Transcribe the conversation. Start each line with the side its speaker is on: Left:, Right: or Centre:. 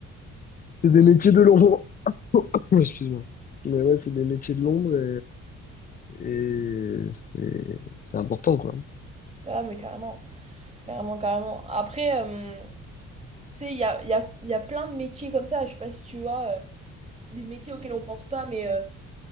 Left: c'est des métiers de l'ombre. <coughs> Excuse-moi. Mais ouais, c'est des métiers de l'ombre et, euh, et c'est, c'est important, quoi.
Right: Ah, mais carrément, carrément, carrément. Après, euh, tu sais, il y a, il y a, il y a plein de métiers comme ça. Je sais pas si tu vois, euh, des métiers auxquels on pense pas, mais. euh,